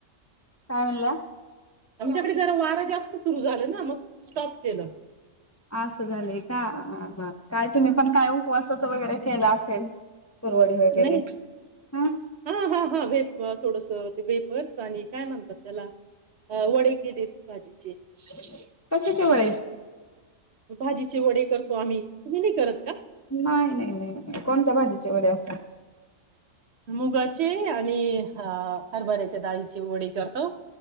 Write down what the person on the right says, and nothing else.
आमच्याकडे जरा वारं जास्त सुरू झालं ना मग स्टॉप केलं
नाही
हा हा हा वेप थोडस ते वेपर्स आणि काय म्हणतात त्याला वडे केलेत.
भाजीचे भाजीचे वडे करतो आम्ही तू नाही करत का?
मुगाचे आणि हरभऱ्याच्या डाळीचे वडे करतो